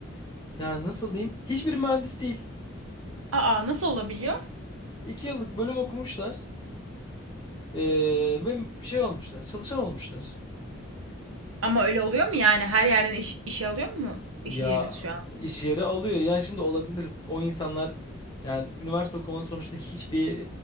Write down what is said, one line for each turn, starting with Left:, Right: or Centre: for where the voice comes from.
Left: yani nasıl diyeyim hiçbir mühendis değil.
Right: Aa nasıl olabiliyor?
Left: İki yıllık bölüm okumuşlar eee, ve şey olmuşlar çalışan olmuşlar.
Right: Ama öyle oluyor mu yani her yerden iş, işe alıyor mu iş
Left: Ya
Right: yeriniz şu an?
Left: iş yeri alıyor. Yani şimdi olabilir. O insanlar yani üniversite okumanın sonuçta hiçbir